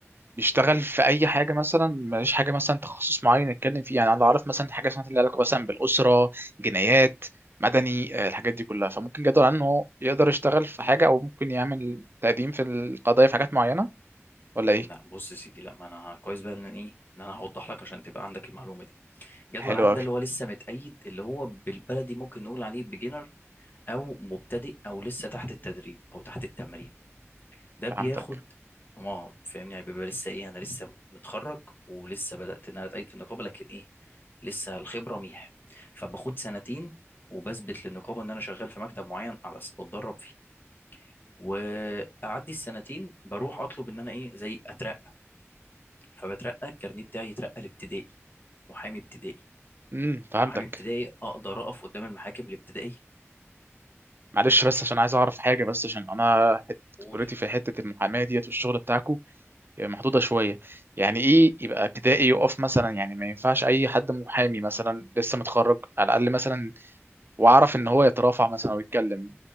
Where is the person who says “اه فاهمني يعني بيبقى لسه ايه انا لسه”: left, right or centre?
Left